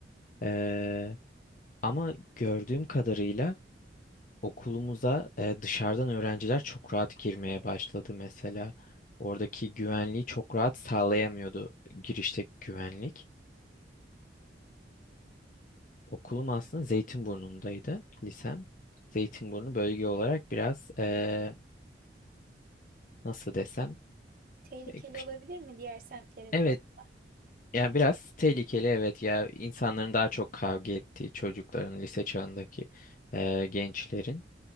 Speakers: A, on the left (about 45°); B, on the right (about 50°).
A: Eee, ama gördüğüm kadarıyla okulumuza e, dışarıdan öğrenciler çok rahat girmeye başladı mesela. Oradaki güvenliği çok rahat sağlayamıyordu girişteki güvenlik. Okulum aslında Zeytinburnu'ndaydı lisem. Zeytinburnu bölge olarak biraz eee, nasıl desem
B: Tehlikeli
A: e, kü-
B: olabilir mi diğer semtlere
A: evet
B: kıyasla?
A: yani biraz tehlikeli evet ya insanların daha çok kavga ettiği çocukların lise çağındaki eee, gençlerin